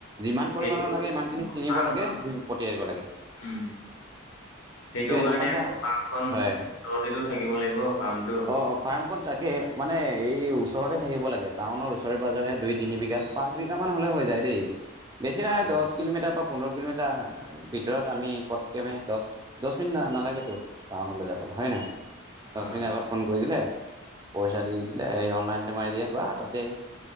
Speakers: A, on the right; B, on the left.
A: যিমান পৰিমাণৰ
B: সেইটো
A: লাগে সিমানখিনি ছিঙিব
B: ফাৰ্ম
A: লাগে ধূপ পঠিয়াই দিব লাগে
B: উম সেইটো
A: ত' এনেকুৱা
B: কাৰণে
A: এটা
B: আকৌ ফাৰ্মখন
A: হয়
B: তহঁতেতো থাকিব লাগিব ফাৰ্মটো
A: অঁ ফাৰ্মখন তাকে মানে এই ওচৰতে থাকিব লাগে টাউনৰ ওচৰে পাঁজৰে দুই তিনিবিঘা পাঁচ বিঘা মান হলে হৈ যায় দেই বেছি
B: হয়
A: নহয়
B: হয়
A: দহ কিলোমিটাৰ প পোন্ধৰ কিলোমিটাৰ ভিতৰত আমি পটকেমে দহ দহ মিনিট নালাগেতো টাউনলে যাব হয় নাই দহ
B: হয়
A: আগত ফোন কৰি দিলে পইচা দি দিলে এই অনলাইন মাৰি দিয়ে বা তাতে